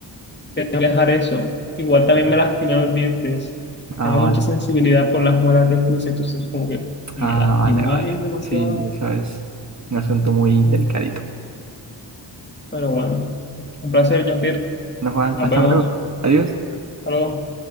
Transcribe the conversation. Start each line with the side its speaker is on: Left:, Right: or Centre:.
Left: dejar eso. Igual también
Right: sí.
Left: me lastimé los dientes.
Right: Ah,
Left: Tengo
Right: vale.
Left: mucha sensibilidad por las muelas del juicio, entonces como que me
Right: Ah,
Left: lastimó
Right: vale, vale.
Left: ahí demasiado.
Right: Sí, eso es un asunto muy delicadito.
Left: Pero bueno, un placer, Jean-Pierre.
Right: Bueno, Juan,
Left: Nos
Right: hasta
Left: vemos.
Right: luego. Adiós.
Left: Hasta luego.